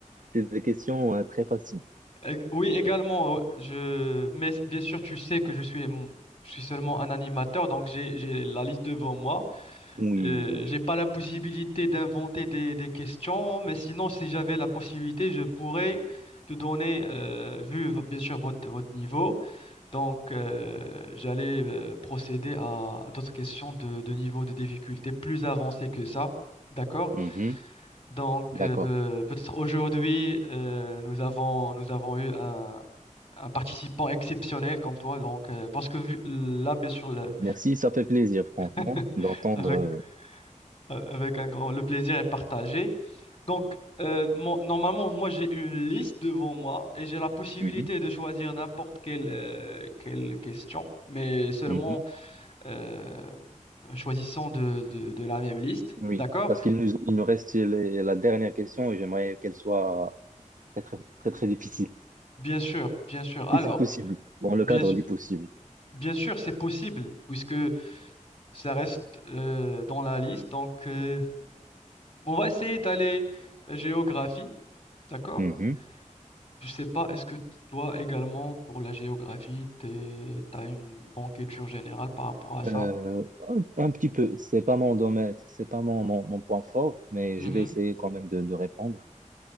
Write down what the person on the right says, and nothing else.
c'est des questions euh, très faciles.
Oui,
oui.
Mhm,
D'accord.
Merci, ça fait plaisir, franchement,
d'entendre.
euh, mhm,
mhm.
Oui,
parce qu'il nous, il nous reste les- la dernière question et j'aimerais qu'elle soit très, très, très, très difficile,
si c'est possible, dans le
cadre
du possible.
Mhm.
Euh, un, un petit peu, c'est pas mon domaine, c'est pas mon, mon, mon point fort, mais
je vais essayer quand même de, de répondre.